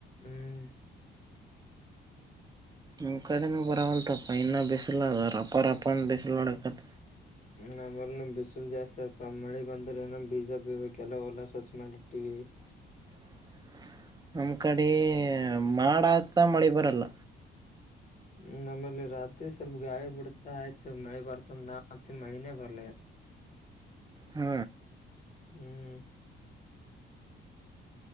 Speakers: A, on the left (about 40°); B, on the right (about 20°).
A: ಹ್ಮ್
B: ನಿಮ್ಮ ಕಡೆನೂ ಬರವಲ್ತಪ್ಪ ಇನ್ನು ಬಿಸಿಲು ಅದ ರಪ್ಪ ರಪ್ಪಂದ ಬಿಸಿಲುವಾಡಕತ್ತ
A: ನಮಲ್ ಬಿಸಿಲು ಜಾಸ್ತಿ ಆಯತ್ ಮಳಿ ಬಂದ್ರೆನ ಬೀಜ ಬೀರ್ಬೇಕ ಎಲ್ಲ ಹೊಲಾ ಸ್ವಚ್ ಮಾಡಿ ಇಟ್ಟಿವವಿ
B: <unintelligible> ನಮ್ ಕಡೆ ಮಾಡಾತ ಮಳೆ ಬರಲ್ಲ
A: ್ಮ <unintelligible> ನಮ್ಮೇಲ್ಲಿ ರಾತ್ರಿ ಸ್ವಲ್ಪ ಗಾಳಿ ಬಿಡುತ್ತ ಆಯ್ತು ಮಳಿ ಬರ್ತಂದ ನಾ ಮತ್ತ ಮಳಿನೇ ಬರ್ಲ
B: ಹ್ಮ್
A: ಹ್ಮ್